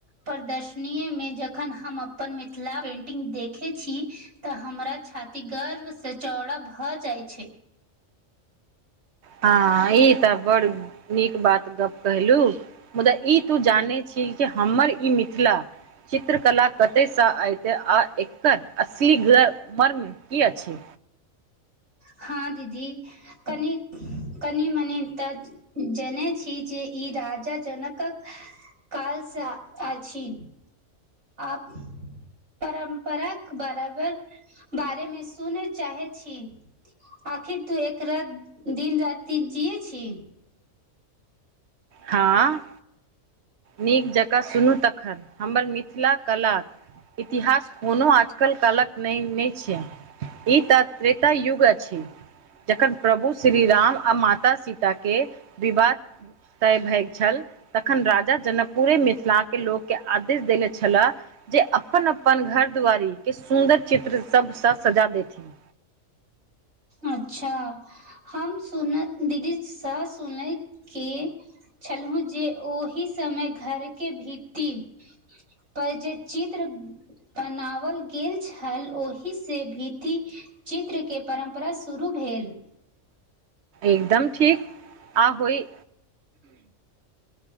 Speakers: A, on the right (about 80°); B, on the right (about 60°).
A: प्रदर्शनीएमे जखन हम अपन मिथिला पेंटिंग देखै छी। तऽ हमरा छाती गर्वसँ चौड़ा भऽ जाय छै।
B: हँ ई तऽ बड़ नीक बात गप कैहलू। मुदा ई तू जानै छिये कि हमर ई मिथिला चित्र कला कते स ऐते आ एकर असली ग मर्म की अछी।
A: हाँ दीदी कनी, कनी मनि त जनेै छी जे ई राजा जनकक कालसँ आछी आ परम्पराक बराबर बारेमे सुने चाहे छी आखिर तू एकरा दिन राति जिये छी।
B: हँ। नीक जकाँ सुनू तखन हमर मिथिला कला इतिहास कोनो आजकल कालक नहि नहि छियै। ई त त्रेता युग अछि जखन प्रभु श्री राम आ माता सीता के विवाह तय भयल छल तखन राजा जनक पूरे मिथिला के लोकके आदेश देनेे छलाह जे अपन अपन घर दुआरी के सुन्दर चित्र सब सऽ सजा देथिन
A: अच्छा हम सुनत दीदी स सुनैत की छलहुँ जे ओहि समय घरके भित्ती पर जे चित्र बनावल गेल छल ओहि से भित्ती चित्र के परम्प परा शुरू भेल
B: एकदम ठीक आ होइ